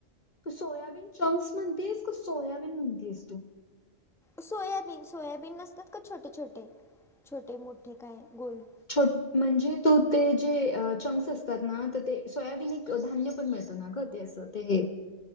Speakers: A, on the left; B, in the centre.
A: सोयाबीन चंक्स म्हणतेस, का सोयाबीन म्हणतेयास तू?
B: सोयाबीन, सोयाबीन नसतात का छोटे छोटे, छोटे मोठे काय गोल
A: छो म्हणजे तू ते जे चंक्स असतात ना तर ते सोयाबीन धान्य पण मिळत ना ग, ते असं ते